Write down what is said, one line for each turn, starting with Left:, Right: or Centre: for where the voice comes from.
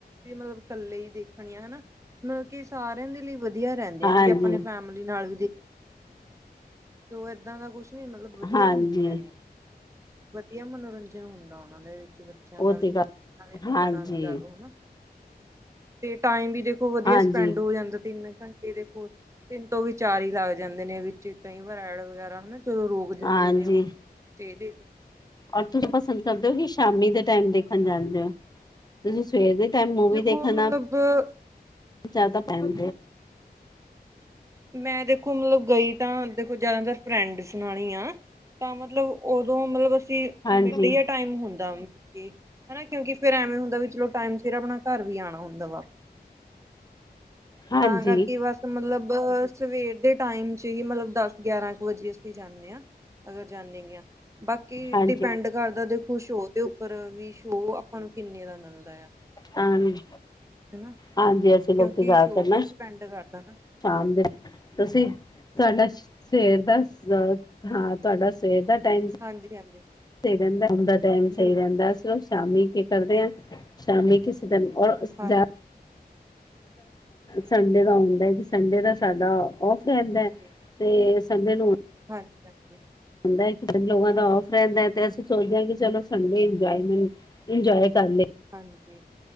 Right: ਮਤਲਬ ਇਕੱਲੇ ਹੀ ਦੇਖਣੀਆਂ ਹਨਾ ਮਤਲਬ ਕਿ ਸਾਰਿਆਂ ਦੇ ਲਈ ਵਧੀਆ ਰਹਿੰਦੀਆਂ
Left: ਹਾਂਜੀ
Right: ਨੇ ਜੇ ਆਪਾਂ ਨੇ ਫੈਮਲੀ ਨਾਲ ਵੀ ਤੇ ਉਹ ਇੱਦਾਂ ਦਾ ਕੁਛ ਮਤਲਬ ਵਧੀਆ
Left: ਹਾਂਜੀ
Right: ਹੁੰਦੀਆਂ ਨੇ ਵਧੀਆ ਮਨੋਰੰਜਨ ਹੁੰਦਾ ਉਹਨਾਂ ਦੇ ਵਿੱਚ ੱਜਿਆਦਾ
Left: ਉਹ
Right: ਵੀ
Left: ਤੇ ਗੱਲ
Right: ਨਾਲ
Left: ਹਾਂਜੀ
Right: ਆਪਣਾ ਵੀ ਲਾ ਲਓ ਹਨਾ ਤੇ ਟਾਈਮ ਵੀ ਦੇਖੋ ਵਧੀਆ
Left: ਹਾਂਜੀ
Right: ਸਪੈਂਡ ਹੋ ਜਾਂਦਾ ਤਿੰਨ ਘੰਟੇ ਦੇਖੋ ਤੋਂ ਵੀ ਵਿਚਾਰ ਹੀ ਲਾ ਜਾਂਦੇ ਨੇ ਵੀ। ਕਈ ਵਾਰ ਐਡ ਵਗੈਰਾ ਹਨਾ ਜਦੋਂ ਰੋਕ ਦਿੰਦੇ
Left: ਹਾਂਜੀ
Right: ਨੇ ਉਹ ਤੇ ਇਹਦੇ
Left: ਔਰ ਤੁਸੀ ਪਸੰਦ ਕਰਦੇ ਹੋ ਕਿ ਸ਼ਾਮੀ ਦੇ ਟਾਈਮ ਦੇਖਣ ਜਾਦੇ ਹੋ। ਤੁਸੀਂ ਸਵੇਰ ਦੇ ਟਾਈਮ ਮੂਵੀ
Right: ਦੇਖੋ
Left: ਦੇਖਣ
Right: ਮਤਲਬ
Left: ਨਾਲ ਜ਼ਿਆਦਾ ਪੈਮ।
Right: ਮੈਂ ਦੇਖੋ ਮਤਲਬ ਗਈ ਤਾਂ ਦੇਖੋ ਜ਼ਿਆਦਾਤਰ ਫਰੈਂਡਸ ਨਾਲ ਹੀ ਆ। ਤਾਂ ਮਤਲਬ ਉਦੋਂ ਮਤਲਬ
Left: ਹਾਂਜੀ,
Right: ਮਿਡ ਡੇ ਟਾਈਮ ਹੁੰਦਾ ਹਨਾ ਕਿਉਂਕਿ ਫੇਰ ਐਵੇਂ ਹੁੰਦਾ ਵੀ ਚਲੋ ਟਾਈਮ ਸਿਰ ਆਪਣਾ ਘਰ ਵੀ ਆਣਾ ਹੁੰਦਾ ਵਾ
Left: ਹਾਂਜੀ,
Right: ਤਾਂ ਕਰਕੇ ਬਸ ਮਤਲਬ ਸਵੇਰ ਦੇ ਟਾਈਮ ' ਹੀ ਮਤਲਬ ਦਸ ਗਿਆਰਾਂ ਕੁ ਵਜੇ ਜਾਂਨੇ ਹਾਂ ਅਗਰ ਜਾਂਨੇ ਵੀ ਆਂ ਬਾਕੀ
Left: ਹਾਂਜੀ,
Right: ਡਿਪੈਂਡ ਕਰਦਾ ਦੇਖੋ ਸ਼ੋਅ ਦੇ ਉੱਪਰ ਵੀ ਸ਼ੋਅ ਆਪਾਂ ਨੂੰ ਕਿੰਨੇ ਦਾ ਮਿਲਦਾ ਆ
Left: ਹਾਂਜੀ।
Right: ਹਨਾ
Left: ਹਾਂਜੀ ਅਸੀਂ ਲੋਕੀ
Right: ਕਿਉਂਕਿ
Left: ਜ਼ਿਆਦਾਤਰ
Right: ਸ਼ੋਅ
Left: ਨਾ
Right: ਤੇ ਵੀ ਡਿਪੈਂਡ ਕਰਦਾ ਹਨਾ
Left: ਸ਼ਾਮ ਦੇ ਤੁਸੀਂ ਤੁਹਾਡਾ ਸਵੇਰ ਦਾ ਅ ਹਾਂ ਤੁਹਾਡਾ ਸਵੇਰ ਦਾ ਟਾਈਮ
Right: ਹਾਂਜੀ ਹਾਂਜੀ
Left: ਸਹੀ ਰਹਿੰਦਾ ਆਦਾ ਟਾਈਮ
Right: ਬਿਲਕੁਲ।
Left: ਸਹੀ ਰਹਿੰਦਾ ਸ਼ਾਮੀ ਕੀ ਕਰਦੇ ਆ ਸ਼ਾਮੀ ਕਿਸੇ ਟਮ ਔਰ
Right: ਹਾਂਜੀ
Left: ਜਾ ਸੰਡੇ ਦਾ ਹੁੰਦਾ ਹੈ ਕਿ ਸੰਡੇ ਦਾ ਸਾਡਾ ਫ ਰਹਿੰਦੈ
Right: ਹਾਂਜੀ
Left: ਤੇ ਸਮੇ ਨੂੰ
Right: ਹਾਂਜੀ ਹਾਂਜੀ
Left: ਹੁੰਦਾ ਕਈ ਲੋਕਾਂ ਦਾ ਔਫ ਰਹਿੰਦਾ ਹੈ ਤੇ ਅਸੀਂ ਸੋਚਦੇ ਹਾਂ ਕਿ ਚਲੋ ਸੰਡੇ ਇੰਜੋਏਮੈਂਟ ਇੰਜੋਏ ਕਰ ਲੇ
Right: ਹਾਂਜੀ